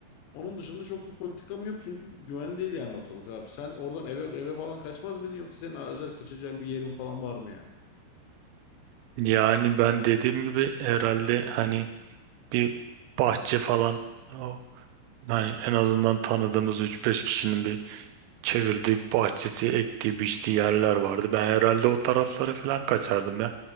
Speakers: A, on the left; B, on the right.
A: Onun dışında çok bir politikam yok çünkü güven değil yani ortalık abi. Sen oradan eve eve falan kaçmaz mıydın yoksa senin özel kaçacağın bir yerin falan var mı yani?
B: Yani ben dediğim gibi herhalde hani bir bahçe falan o hani en azından tanıdığımız üç beş kişinin bir çevirdiği bahçesi, ektiği, biçtiği yerler vardı. Ben herhalde o taraflara falan kaçardım ya.